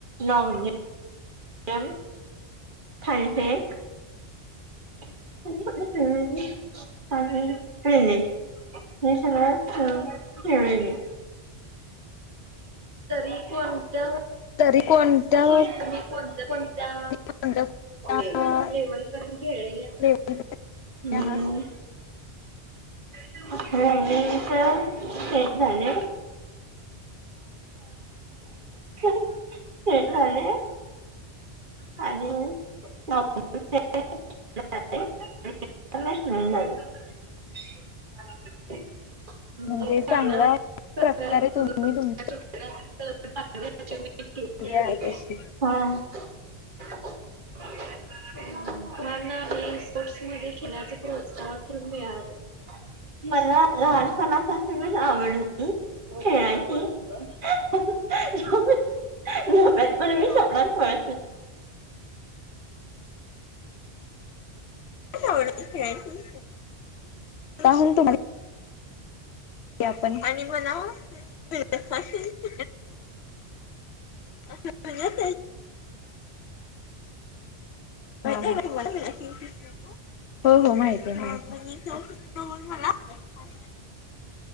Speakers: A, on the right; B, on the left.
A: लॉ <unintelligible> एम थाळीफेक <unintelligible> आणि <unintelligible> हे सगळ हं खेळले मी तरी कोणत्या?
B: तरी कोणत्या
A: <unintelligible> तुम्ही कोणत्या कोणत्या
B: कोणत्या कोणत्या
A: लेवलपर्यंत लेवलपर्यंत खेळलेल्या?
B: लेवल <unintelligible>
A: हम्म.
B: आहात
A: <unintelligible> नेमकं हेच झालंय. <unintelligible> हे झालंय. आणि <unintelligible> <unintelligible> <unintelligible> म्हणजे त्यांनला <unintelligible>
B: म्हणजे चांगला
A: तुमी
B: प्रकारे तुम्ही
A: तुमच्या
B: तुमची
A: क्षेत्रात <unintelligible>
B: आहे तशी
A: हा उम् तुमांना हे स्पोर्ट्स मध्ये <unintelligible> प्रोत्साहन कुठून मिळालं? मला लहानपणापासूनच आवड खेळायचं <unintelligible> झोपेत पण मी स्वप्नात पहात होत
B: <unintelligible> काहून तुम्हाला <unintelligible> आपण आणि म्हणाव <unintelligible> <unintelligible> हा, माहिते काय तुम्हाला <unintelligible> हो हो माहितीये माहिते, <unintelligible> मला <unintelligible>